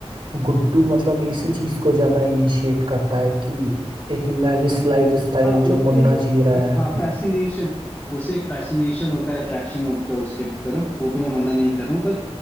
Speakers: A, on the right (about 55°); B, on the left (about 20°).
A: गुड्डू मतलब इसी चीज को ज्यादा इनिशिएट करता है कि एक लेविश लाइफ स्टाइल
B: हाँ
A: जो
B: उसका
A: मुन्ना
B: एक
A: जी रहा है
B: हाँ फैसिनेशन उसे एक फैसिनेशन होता है अट्रैक्शन होता है उसके तरफ वो तो मैं मना नहीं कर रहा हूँ पर